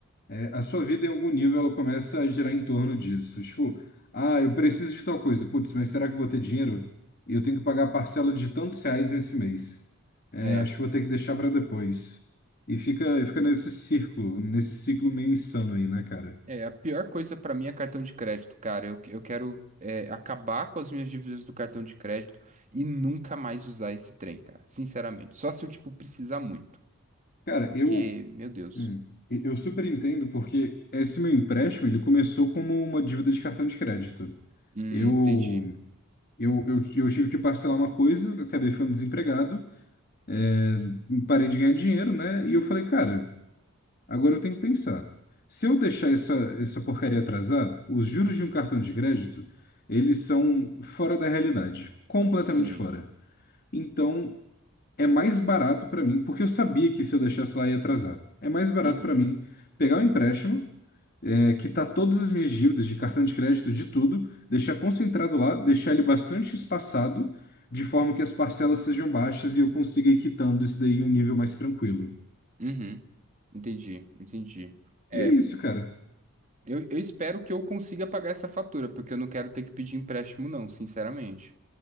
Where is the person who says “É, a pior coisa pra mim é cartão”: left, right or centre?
Right